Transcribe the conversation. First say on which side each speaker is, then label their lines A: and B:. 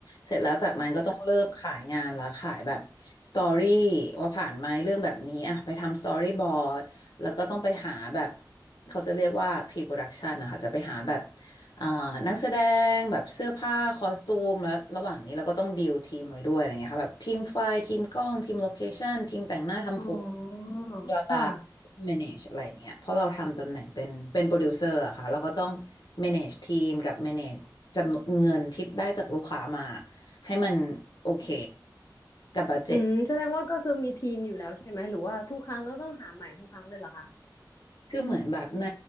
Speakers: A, on the left (about 70°); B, on the left (about 45°).
A: เสร็จแล้วจากนั้นก็ต้องเริ่มขายงานละขายแบบสตอรี่ว่าผ่านไหมเรื่องแบบนี้อะไปทำสตอรี่บอร์ดแล้วก็ต้องไปหาแบบเขาจะเรียกว่า pre-production นะคะจะไปหาแบบ อ่านักแสดงแบบเสื้อผ้าคอสตูมแล้วระหว่างนี้เราก็ต้องดีลทีมไว้ด้วยอะไรเงี้ยค่ะแบบทีมไฟทีมกล้องทีมโลเคชั่นทีมแต่งหน้าทำผม
B: อ๋อ
A: บลาบลา
B: ค่ะ
A: manage อะไรเงี้ยเพราะเราทำตำแหน่งเป็นเป็นโปรดิวเซอร์อะค่ะเราก็ต้อง manage ทีมกับ manage จำนวนเงินที่ได้จากลูกค้ามาให้มันโอเคกับบัดเจ็ต
B: อืมแสดงว่าก็คือมีทีมอยู่แล้วใช่ไหม หรือว่าทุกครั้งก็ต้องหาใหม่ทุกครั้งเลยเหรอคะ
A: คือเหมือนแบบใน